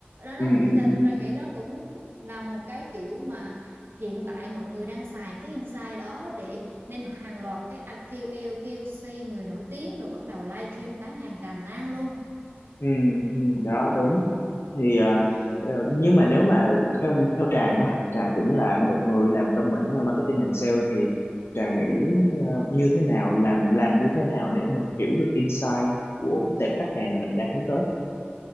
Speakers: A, on the right (about 65°); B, on the left (about 85°).
A: đó
B: ừ,
A: đó
B: ừ,
A: thì ta,
B: ừ.
A: ta nghĩ nó cũng, cũng là một cái kiểu mà hiện tại mọi người đang xài cái insight đó để nên hàng loạt cái AQL, QC người nổi tiếng rồi bắt đầu live stream bán hàng tràn lan luôn
B: ừ, ừ, đó đúng thì à,
A: ừ
B: ờ, nhưng mà nếu mà theo theo Trà nha Trà cũng là một người làm trong mảng ờ, marketing and sale thì Trà nghĩ ờ, như thế nào làm làm như thế nào để mình hiểu được insight của cái tệp khách hàng mình đang hướng tới